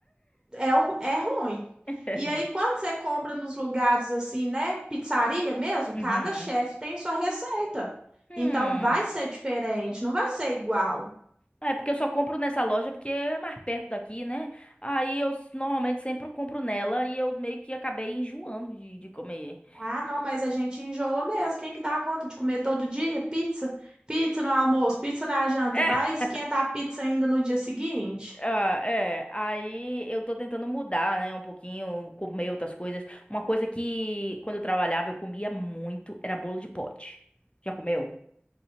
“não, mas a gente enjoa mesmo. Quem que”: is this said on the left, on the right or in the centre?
Right